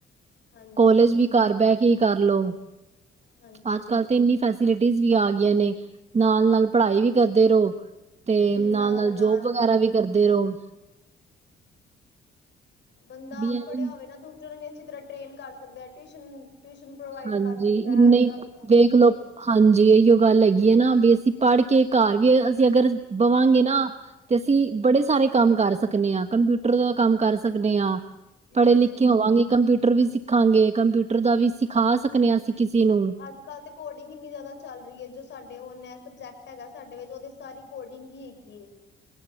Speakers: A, on the left (about 65°); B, on the right (about 35°).
A: ਹਾਂਜੀ,
B: ਕੋਲੇਜ ਵੀ ਘਰ ਬਹਿ ਕੇ ਹੀ ਕਰ ਲੋ।
A: ਹਾਂਜੀ
B: ਅੱਜ ਕੱਲ ਤੇ ਇੰਨੀ ਫੈਸਿਲਿਟੀਜ਼ ਵੀ ਆ ਗਈਆਂ ਨੇ ਨਾਲ ਨਾਲ ਪੜ੍ਹਾਈ ਵੀ ਕਰਦੇ ਰਹੋ। ਤੇ
A: ਹੂੰ
B: ਨਾਲ
A: ਨਾਲ-ਨਾਲ
B: ਨਾਲ ਜੋਬ ਵਗੈਰਾ ਵੀ ਕਰਦੇ ਰਹੋ।
A: ਬੰਦਾ
B: ਵੀ
A: ਆਪ
B: ਐਵੇਂ
A: ਪੜਿਆ ਹੋਵੇ ਨਾ ਦੂਸਰਿਆਂ ਨੂੰ ਵੀ ਅੱਛੀ ਤਰ੍ਹਾਂ ਟੇਰੇਡ ਕਰ ਸਕਦਾ ਟਿਊਸ਼ਨ। ਟਿਊਸ਼ਨ ਪ੍ਰੋਵਾਈਡ
B: ਹਾਂਜੀ
A: ਕਰ ਸਕਦਾ
B: ਇੰਨੇ
A: ਹੈ
B: ਈ
A: ਸਭ ਨੂੰ।
B: ਵੇਖਲੋ ਹਾਂਜੀ ਇਹੀਓ ਗੱਲ ਹੈਗੀ ਹੈ ਨਾ ਵੀ ਅਸੀਂ ਪੜ੍ਹ ਕੇ ਘਰ ਵੀ ਅਗਰ ਬਵਾਂਗੇ
A: ਹੂੰ,
B: ਨਾ ਤੇ ਅਸੀਂ ਬੜੇ ਸਾਰੇ ਕੰਮ ਕਰ ਸਕਦੇ ਹਾਂ। ਕੰਪਿਊਟਰ ਦਾ ਕੰਮ ਕਰ ਸਕਦੇ ਹਾਂ। ਪੜ੍ਹੇ
A: ਹਾਂਜੀ।
B: ਲਿਖੇ ਹੋਵਾਂਗੇ ਕੰਪਿਊਟਰ ਵੀ ਸਿੱਖਾਂਗੇ ਕੰਪਿਊਟਰ ਦਾ ਵੀ ਸਿਖਾ ਸਕਦੇ ਹਾਂ ਅਸੀਂ ਕਿਸੇ ਨੂੰ।
A: ਅੱਜ ਕੱਲ੍ਹ ਤੇ ਕੋਡਿੰਗ ਇੰਨੀ ਜ਼ਿਆਦਾ ਚੱਲ ਰਹੀ ਹੈ ਜੋ ਸਾਡੇ ਉਹ ਨ ਸਬਜੈਕਟ ਹੈਗਾ ਸਾਡੇ ਵਿੱਚ ਉਹਦੇ ਸਾਰੀ ਕੋਡਿੰਗ ਹੀ, ਹੈਗੀ ਹੈ